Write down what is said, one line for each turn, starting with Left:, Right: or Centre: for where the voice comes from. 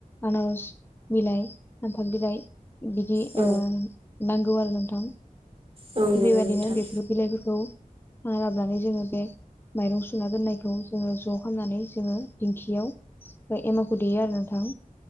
Left: आनारस बिलाइ, सानफाल बिलाइ बिदि
Right: औ
Left: ओ नांगौ आरो नोंथां।
Right: औ
Left: थिग
Right: नंगौ
Left: बेबायदिनो
Right: नोंथां
Left: बेफोर बिलाइफोरखौ <unintelligible> जोङो बे माइरं सुना दोननायखौ जोङो ज' खामनानै जोङो दिंखियाव एमावखौ देयो आरो नोंथां।